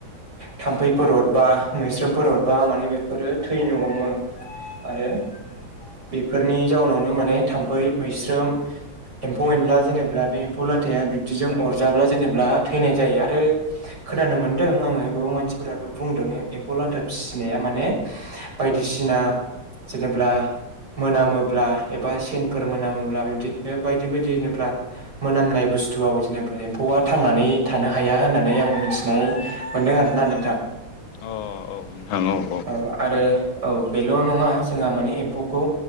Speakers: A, on the right (about 55°); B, on the left (about 80°).
A: थाम्फैफोर हरबा मैस्रोमफोर अरबा माने बे फोरो थैनो हमो आरो बेफोरनि जाउनावनो माने थाम्फै मैस्रोम एम्फौ एनला जेनेबा बे एम्फौ लाथाया बिब्दिजों अरजाब्ला जेनेा थैनाय जायो आरो खोनानो मोन्दों आङो गोबां मानसिफोराबो बुंदों एम्फौ लादा फिसिनाया माने बायदिसिना जेनेब्ला मोनामोब्ला एबा सेनफोर मोनामोब्ला बिदिनो बायदि बायदि होनोब्ला मोनामनाय बो बुस्थुआव जेनेबा एम्फौआ थांनानै थानो हाया होननानै आं मिथिनाय मोन्दों आरोना नोंथां।
B: अ औ नोंथां औ औ
A: औ आरो औ बेल' नङा जोंहा माने एम्फौखौ